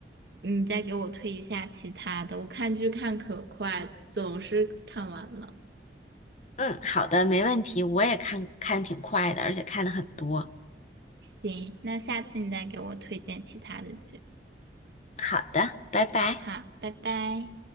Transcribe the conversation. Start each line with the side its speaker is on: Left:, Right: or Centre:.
Right: 你再给我推一下其他的。我看剧看可快，总是看完了。
Left: 嗯，好的，没问题。我也看看挺快的，而且看的很多。
Right: 行，那下次你再给我推荐其他的剧。
Left: 好的，拜拜。
Right: 好，拜拜。